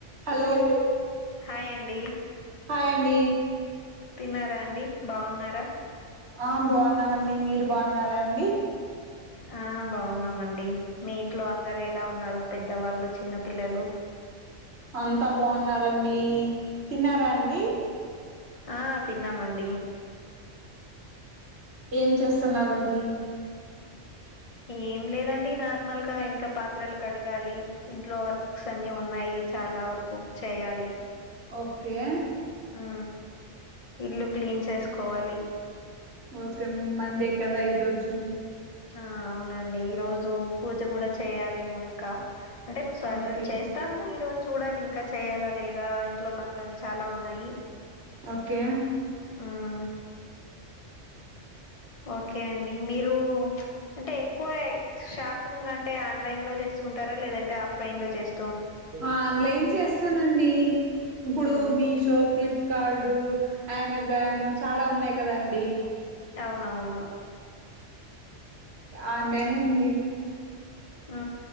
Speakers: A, on the right; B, on the left.
A: Hello
B: hi అండి
A: hi అండి
B: తిన్నారా అండి బాగున్నారా
A: ఆ బాగున్నామండి మీరు బాగున్నారా అండి
B: ఆ బాగున్నామండి మీ ఇంట్లో అందరు ఎలా ఉన్నారు పెద్దవాళ్ళు చిన్న పిల్లలు
A: అంతా బాగున్నారండి తిన్నారా అండి
B: ఆ తిన్నామండి
A: ఏం చేస్తున్నారండి
B: ఏం లేదండి నార్మల్ గా ఇంకా పాత్రలు కడగాలి ఇంట్లో వర్క్స్ అన్ని ఉన్నాయి చాలా వరకు చేయాలి
A: ఓకే
B: ఉ ఇల్లు క్లీన్ చేసుకోవాలి
A: ఓకే మండే కదా ఈరోజు
B: ఆ అవునండి ఈ రోజు పూజ కూడా చేయాలేమో ఇంకా అంటే మీ సర్టడ్
A: ఓకే
B: చేస్తా తాను ఈ రోజు చూడాలి ఇంకా చేయ్యాలా లేదా ఇంట్లో పనులు అన్నీ చాలా ఉన్నాయి
A: ఓకే
B: మ్మ్ ఓకే అండి మీరు అంటే ఎక్కువ షాపింగ్ అంటే ఆన్లైన్ లో చేస్తుంటారా లేదంటే ఆఫ్లైన్ లో చేస్
A: ఆన్లైన్ చేస్తానండి ఇప్పుడు
B: మ్మ్
A: మీ షో క్లిప్ కార్డు అమెజాన్ చాలా ఉన్నాయి కదండి
B: అవునవును
A: ఆన్లైనే అండి
B: ఆ